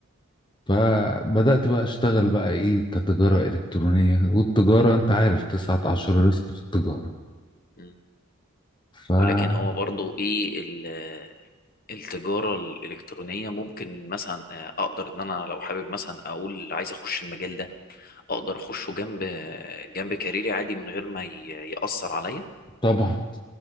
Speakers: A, on the left; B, on the left.
A: فبدأت بقى أشتغل بقى إيه كتجارة إلكترونية والتجارة أنت عارف تسعة عشر ريسك في التجارة
B: مم.
A: فطبعا
B: ولكن هو برضو إيه ال- التجارة الإلكترونية ممكن مثلا آه، أقدر إن أنا لو حابب مثلا أقول عايز أخش المجال ده أقدر أخشه جنب جنب كاريري عادي من غير ما ي- يأثر عليا
A: طبعا